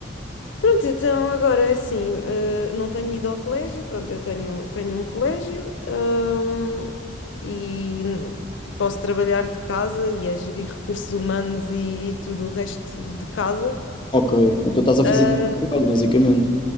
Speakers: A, on the left; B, on the left.
A: Pronto, então agora é assim, eh, não tenho ido ao colégio, pronto, eu tenho, tenho um colégio, hum, e posso trabalhar de casa e a gerir recursos humanos e, e tudo o resto de casa.
B: Ok, então estás a
A: Ah,
B: fazer trabalho, basicamente.